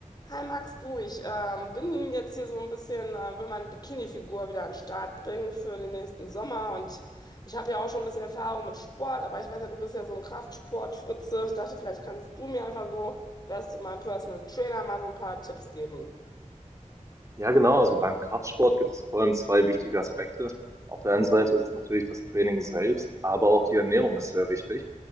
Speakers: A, on the left; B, on the right.
A: Hi Max, du, ich ähm, bin jetzt hier so ein bisschen, äh, will meine Bikini-Figur wieder an den Start bringen für den nächsten Sommer und ich, ich habe ja auch schon ein bisschen Erfahrung mit Sport, aber ich weiß ja, du bist ja so ein Kraftsport-Fritze. Ich dachte, vielleicht kannst du mir einfach so, wärst du mein Personal Trainer, mal so ein paar Tipps geben.
B: Ja, genau. Also beim Kraftsport gibt es vor allem zwei wichtige Aspekte. Auf der einen Seite ist es natürlich das Training selbst, aber auch die Ernährung ist sehr wichtig.